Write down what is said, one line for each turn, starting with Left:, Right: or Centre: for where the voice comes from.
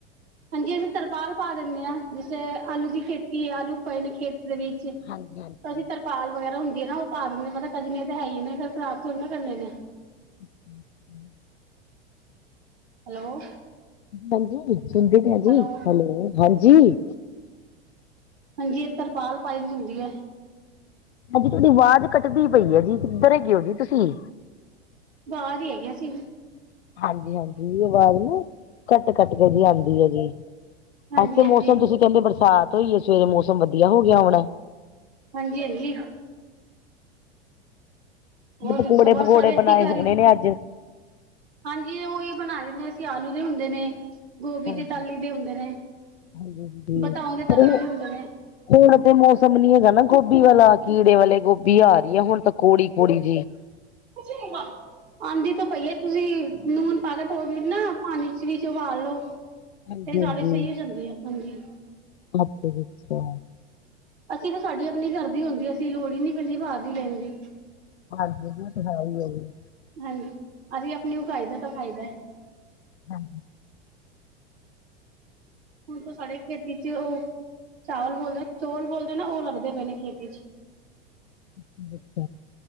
Right: ਹਾਂਜੀ, ਅਸੀਂ ਤਰਪਾਲ ਪਾ ਦਿੰਨੇ ਆ ਜਿੱਸੇ ਆਲੂ ਦੀ ਖੇਤੀ ਹੈ ਆਲੂ ਪਏ ਨੇ ਖੇਤ ਦੇ ਵਿੱਚ।
Left: ਹਾਂਜੀ ਹਾਂਜੀ
Right: ਅਸੀਂ ਤਰਪਾਲ ਵਗੈਰਾ ਹੁੰਦੀ ਹੈ ਨਾ ਉਹ ਪਾ ਦਿੰਨੇ ਪਤਾ ਕਜਨੇ ਤਾਂ ਹੈ ਹੀ ਨੇ ਫ਼ਿਰ ਖਰਾਬ ਥੋੜੀ ਨਾ ਕਰਨੇ ਨੇ।
Left: <unintelligible>
Right: ਹੈਲੋ।
Left: ਹਾਂਜੀ, ਸੁਣਦੀ ਪਈ ਆ
Right: ਹੈਲੋ
Left: ਜੀ, ਹੈਲੋ ਹਾਂਜੀ।
Right: ਹਾਂਜੀ, ਏ ਤਰਪਾਲ ਪਾਈ ਦੀ ਹੁੰਦੀ ਏ।
Left: ਹਾਂਜੀ, ਤੁਹਾਡੀ ਆਵਾਜ਼ ਕੱਟਦੀ ਪਈ ਹੈ ਜੀ ਕਿੱਧਰ ਹੈਗੇ ਹੋ ਜੀ ਤੁਸੀਂ।
Right: ਬਾਰ ਹੀ ਹੈਗੇ ਆ ਅਸੀ।
Left: ਹਾਂਜੀ-ਹਾਂਜੀ ਅਬ ਆ ਰੀ ਏ। ਕਟ-ਕਟ ਕੇ ਜੀ ਆਂਦੀ ਏ ਜੀ
Right: ਹਾਂਜੀ
Left: ਅੱਥੇ ਮੌਸਮ
Right: ਹਾਂਜੀ
Left: ਤੁਸੀਂ ਕਹਿੰਦੇ ਬਰਸਾਤ ਹੋਈ ਹੈ ਸਵੇਰੇ ਮੌਸਮ ਵਧੀਆ ਹੋ ਗਿਆ ਹੋਣਾ।
Right: ਹਾਂਜੀ-ਹਾਂਜੀ। ਹੋਰ
Left: ਪਕੂੜੇ-ਪਕੌੜੇ
Right: ਦੱਸੋ ਬਸ ਸਾਰੇ
Left: ਬਣਾਏ
Right: ਅਸੀਂ ਘਰ
Left: ਹੋਣੇ
Right: ਹੀ
Left: ਨੇ ਅੱਜ।
Right: ਹਾਂਜੀ, ਉਹੀ ਬਣਾਏ ਨੇ ਅਸੀਂ ਆਲੂ ਦੇ ਹੁੰਦੇ ਨੇ। ਗੋਭੀ
Left: ਹਾਂਜੀ
Right: ਦੇ ਤਾਲ ਲੀ ਦੇ ਹੁੰਦੇ ਨੇ,
Left: ਹਾਂਜੀ ਹਾਂਜੀ
Right: ਬਤਾਓ ਦੇ ਤਾਲ
Left: ਪਰ
Right: ਲੀ ਦੇ ਹੁੰਦੇ ਨੇ।
Left: ਹੁਣ ਤੇ ਮੌਸਮ ਨੀ ਹੈਗਾ ਨਾ ਗੋਭੀ ਵਾਲਾ। ਕੀੜੇ ਵਾਲੇ ਗੋਭੀ ਆ ਰਹੀ ਹੈ ਹੁਣ ਤਾਂ ਕੋੜੀ-ਕੋੜੀ ਜੀ।
Right: ਕੁਛ ਨੀ ਮ। ਆਂਦੀ ਤਾਂ ਪਈਏ ਤੁਸੀਂ ਨੂਨ ਪਾ ਕੇ ਦੋ ਮਿੰਟ ਨਾ ਪਾਣੀ ਚ ਵੀਚ ਉਬਾਲ ਲੋੋ।
Left: ਹਾਂਜੀ
Right: ਤੇ ਸਾਰੇ
Left: ਹਾਂਜੀ
Right: ਸਹੀ ਹੋ ਜਾਂਦੇ ਆ ਹਾਂਜੀ।
Left: ਅੱਛਾ ਜੀ ਅੱਛਾ।
Right: ਅਸੀਂ ਤੇ ਸਾਡੀ ਆਪਣੀ ਘਰ ਦੀ ਹੁੰਦੀ ਅਸੀਂ ਲੋੜ ਹੀ ਨੀ ਪੈਂਦੀ ਬਾਹਰ ਦੀ ਲੈਣ ਦੀ।
Left: ਹਾਂਜੀ, ਉਹ ਤੇ ਹੈ ਹੀ ਹੈ ਜੀ।
Right: ਹਾਂਜੀ, ਅਸੀਂ ਆਪਣੀ ਉਗਾਈ ਦਾ ਤਾਂ ਫਾਇਦਾ ਹੈ।
Left: ਹਾਂ
Right: ਹੁਣ ਤ ਸਾਡੇ ਖੇਤੀ ਚ ਉਹ ਚਾਵਲ ਬੋਲਦੇ ਚੌਲ ਬੋਲਦੇ ਨਾ ਉਹ ਲੱਗਦੇ ਪਏ ਨੇ ਖੇਤੀ ਚ।
Left: <inaudible>